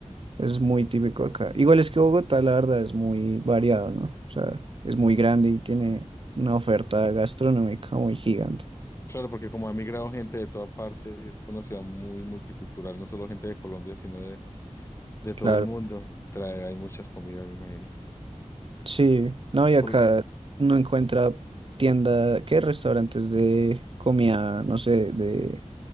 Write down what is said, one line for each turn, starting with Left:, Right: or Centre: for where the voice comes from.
Right: Es muy típico acá. Igual es que Bogotá, la verdad, es muy variado, ¿no? O sea, es muy grande y tiene una oferta gastronómica muy gigante.
Left: Claro, porque como ha migrado gente de toda parte, es una ciudad muy multicultural, no solo gente de Colombia, sino de, de todo
Right: Claro.
Left: el mundo. Trae, hay muchas comidas, me imagino.
Right: Sí, no, y acá
Left: Por-
Right: uno encuentra tienda, ¿qué? Restaurantes de comida, no sé, de,